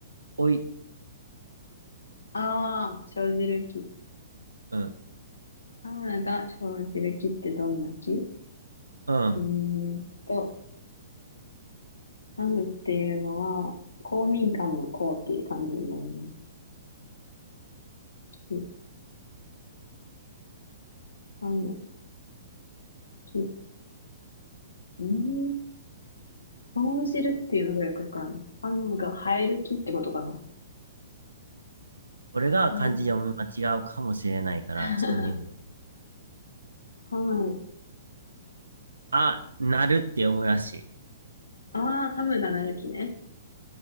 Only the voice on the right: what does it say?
おい。
うん。
うん。
俺が漢字読み間違うかもしれないから、
ちょっと見るね。
あ、なるって読むらしい。